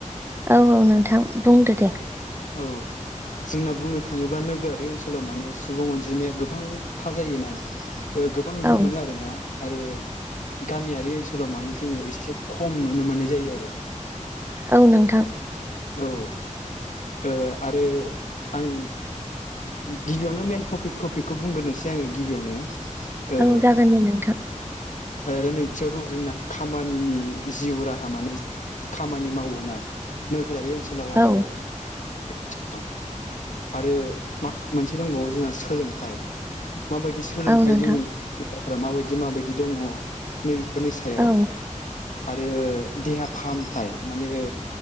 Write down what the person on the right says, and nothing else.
औ औ नोंथां बुंदो दे।
औ
औ नोंथां।
औ जागोन दे नोंथां।
औ
औ नोंथां
औ